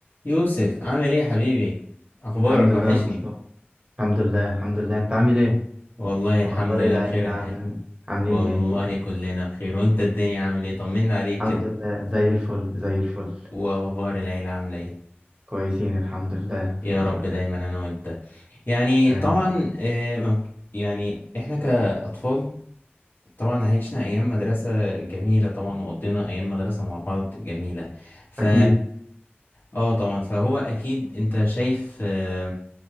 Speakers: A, on the left; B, on the right.
A: يوسف عامل ايه يا حبيبي اخبارك
B: الحمد لله
A: وحشني
B: يا مصطفى الحمد لله الحمد لله انت عامل ايه
A: والله الحمد
B: اخبار
A: لله
B: العيله
A: بخير حال
B: عامل إيه؟ عاملين
A: والله
B: ايه
A: كلنا بخير وانت الدنيا عامل ايه طمنا عليك
B: الحمد
A: كده
B: لله زي الفل زي الفل
A: واخبار العيلة عاملة ايه
B: كويسين الحمد لله
A: يا
B: الحمد
A: رب
B: لله
A: دايما انا وانت يعني
B: آمين.
A: طبعا آه، مم- يعني احنا كاطفال طبعا عشنا ايام مدرسة جميلة طبعا وقضينا ايام مدرسة مع بعض جميلة ف
B: اكيد
A: اه طبعا فهو اكيد انت شايف آه،